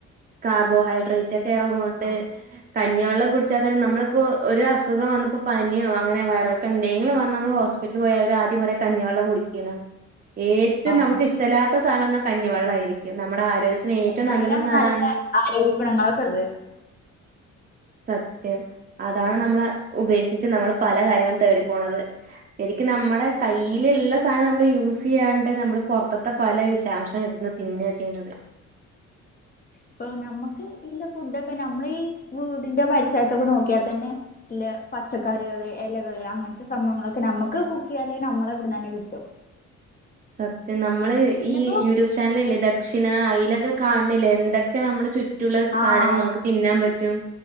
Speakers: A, on the right; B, on the left.
A: കാർബോഹൈഡ്രേറ്റൊക്കെ അവ്ണ്ട്
B: ആഹ്
A: കഞ്ഞി വെള്ളം കുടിച്ചാത്തന്നെ നമ്മളിപ്പോ ഒരു അസുഖം വന്നപ്പോ പനിയോ അങ്ങനെ വയറളക്കെ ന്തെങ്കിലും വന്ന നമ്മൾ ഹോസ് ഹോസ്പിറ്റിൽ പോയ അവര് ആദ്യം പറ കഞ്ഞിവെള്ളം കുടിക്കന്ന്. ഏറ്റവും
B: ആഹ്
A: നമുക്ക് ഇഷ്ടല്ലാത്ത സാധനംന്ന കഞ്ഞിവെള്ളയിരിക്കും നമ്മുടെ ആരോഗ്യത്തിന് ഏറ്റവും
B: പക്ഷെ
A: നല്ലതന്ന്
B: അയിലാണ്
A: അതാണ്.
B: നല്ല ആരോഗ്യ ഗുണങ്ങളൊക്കെരുത്.
A: സത്യം അതാണ് നമ്മള് ഉപേക്ഷിച്ച് നമ്മൾ പല കാര്യങ്ങളും തേടിപ്പോണത്. ക്ക് നമ്മടെ കയ്യിലുള്ള സാധനം മ്മൾ യൂസ് ചെയ്യാണ്ട് നമ്മൾ പുറത്തത്തെ പല വിഷാംശം ഇരുന്ന് തിന്ന് പിന്നാചെയ്
B: ഇപ്പൊ നമ്മുക്ക് ഇല്ല ഫുഡൊക്കെ നമ്മളീ വീടിന്റെ പരിസരത്തൊക്കെ നോക്കിയാ തന്നെ ഇല്ല പച്ചക്കറികള് ഇലകള് അങ്ങനത്തെ സംഭവങ്ങളൊക്കെ തന്നെ നമുക്ക് കുക്ക് ചെയ്യാള്ളത് നമ്മള ഇവിടന്ന്ന്നെ കിട്ടും.
A: സത്യം നമ്മള്
B: പിന്നെപ്പോ
A: ഈ യൂട്യൂബ് ചാനലല്ലേ ദക്ഷിണ അയ്‌ല കാണ് ണിലേ എന്തൊക്കെ നമ്മുടെ ചുറ്റുള്ള
B: ആഹ്
A: സാനങ്ങൾ നമുക്ക് തിന്നാൻ പറ്റും.